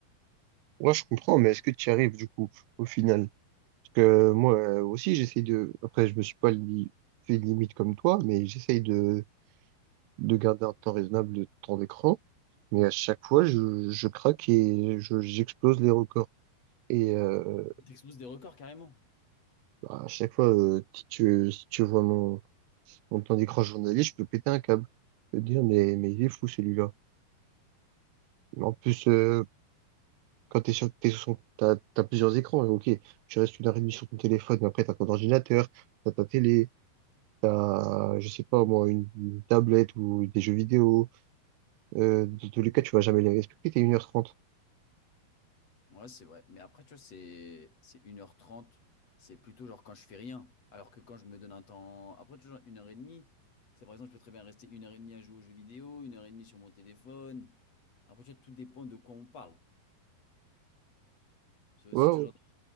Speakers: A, on the right; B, on the left.
A: Ouais, je comprends, mais est-ce que tu y arrives du coup au final? Parce que moi euh, aussi, j'essaye de. Après, je me suis pas li- fait de limite comme toi, mais j'essaye de de garder un temps raisonnable de temps d'écran. Mais à chaque fois, je, je craque et je, j'explose les records. Et euh,
B: Il t'expose des records carrément.
A: bah, à chaque fois, euh, si tu, si tu vois mon, mon temps d'écran journalier, je peux péter un câble. Je peux te dire, mais, mais il est fou celui-là. En plus, euh, quand t'es sur, t'es sur son- t'as, t'as plusieurs écrans, ok, tu restes une heure et demie sur ton téléphone, mais après t'as ton ordinateur, t'as ta télé, t'as, je sais pas moi, une, une tablette ou des jeux vidéo, Euh, de tous les cas, tu vas jamais les respecter, t'es une heure trente.
B: Ouais, c'est vrai. Mais après, tu vois, c'est c'est une heure trente C'est plutôt genre quand je fais rien. Alors que quand je me donne un temps. Après, tu vois, genre 1h30. C'est par exemple, je peux très bien rester une heure et demie à jouer aux jeux vidéo, une heure et demie sur mon téléphone. Après, tu vois, tout dépend de quoi on parle. C'est aussi
A: Ouais, ouais,
B: toujours.